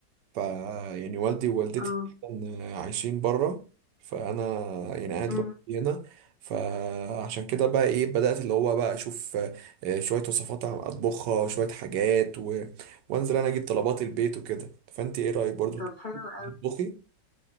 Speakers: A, on the right; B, on the left.
A: ف يعني والدي ووالدتي
B: اه
A: كان- عايشين بره فانا يعني قاعد
B: امم
A: لوحدي هنا فعشان كده بقى ايه بدأت اللي هو بقى اشوف آه، شوية وصفات عم اطبخها شوية حاجات و... وانزل انا اجيب طلبات البيت وكده فانت ايه رأيك برضو
B: طب حلو قوي
A: تطبخي